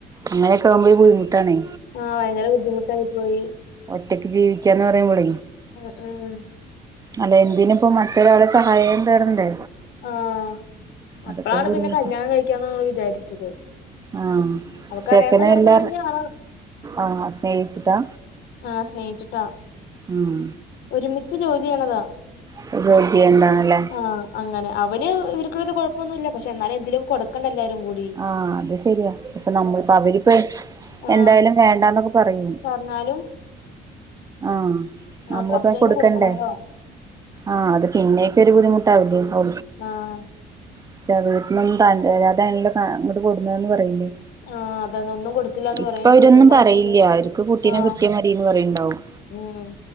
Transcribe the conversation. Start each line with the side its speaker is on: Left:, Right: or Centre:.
Right: അങ്ങനൊക്കെകുമ്പോ ബുദ്ധിുട്ടാണേ
Left: ആഹ് ഭയങ്കര ബുദ്ധിമുട്ടായി പോയി
Right: ഒറ്റയ്ക്ക് ജീവിക്കന്ന് പറയാുമ്പള
Left: ഉം ഉം
Right: അല്ല എന്തിന ഇപ്പ മറ്റൊരുളാൾടെ സഹായം തേടണ്ടേ
Left: ആഹ്
Right: അതൊക്കെ
Left: അപ്പഴാണ്
Right: ഒരു ബുദ്ധിമുട്ടാ
Left: പിന്നെ കല്യാണം കഴിക്കാന്ന് വിചാരിച്ചത്
Right: ആഹ്
Left: അവക്കറിയാവുന്ന
Right: ചേക്കന
Left: ചെറുക്കൻ
Right: എല്ലാ
Left: തന്നെയാണ്
Right: ആഹ് സ്നേഹിച്ചിട്ടാ
Left: ആഹ് സ്നേഹിച്ചിട്ടാ
Right: ഉം
Left: ഒരുമിച്ച് ജോലിച്ചെയണതാ
Right: <unintelligible> ഉണ്ടാണല്ലേ
Left: ആ അങ്ങനെ അവന് ഇവർക്കത് കൊഴപ്പൊന്നുമില്ല പക്ഷെ എന്നാലും എന്തേലും കൊ <unintelligible> എല്ലരുംകൂടി
Right: ആഹ് അത് ശരിയാ ഇപ്പൊ നമ്മളിപ്പോ അവരിപ്പ
Left: ആഹ്
Right: എന്തായാലും വേണ്ടന്നൊക്കെ പറയൂ
Left: പറഞ്ഞാലും
Right: ആഹ്
Left: ആഹ്
Right: നമ്മള
Left: കൊറച്ചെങ്കിലും
Right: ഇപ്പ കൊടുക്കണ്ടേ
Left: കൊടുക്കണോല്ലോ
Right: ആഹ് അത് പിന്നേക്ക ഒരു ബുദ്ധിമുട്ടാവില്ലേഓ
Left: ആഹ്
Right: പക്ഷ വീട്ടന്നൊന്നും ത അല്ലാതല്ല അങ്ങോട്ട് കൊടുന്നതന്ന് പറയില്ലേ
Left: ആഹ് അതാണ് ഒന്നും കൊടുത്തില്ലാന്ന്
Right: ഇപ്പൊ
Left: പറയുകയും
Right: അവരൊന്നും
Left: ചെയ്യും പിന്നെ
Right: പറയില്ല
Left: ആൾക്കാര്
Right: അവർക്ക് കുട്ടീനെ
Left: ആഹ്
Right: കിട്ടിയ മതിന്ന് പറയണ്ടാവും
Left: ഉം